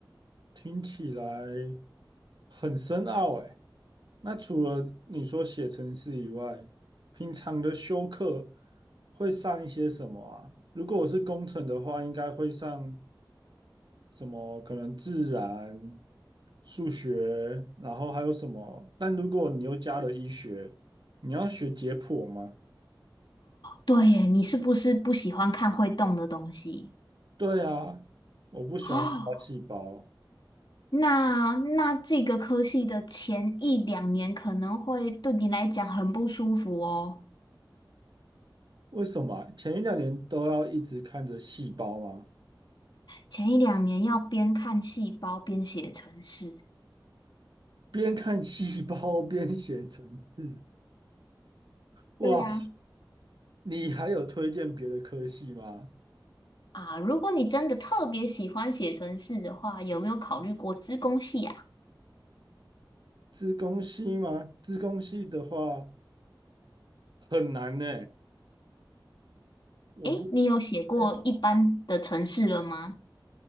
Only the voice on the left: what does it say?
对耶，你是不是不喜欢看会动的东西？
<gasps> 哦那那这个科系的前一两年可能会对你来讲很不舒服哦。
前一两年要边看细胞边写程式
对呀、
啊。如果你真的特别喜欢写程式的话，有没有考虑过资工系啊？
诶，你有写过一般的城市了吗？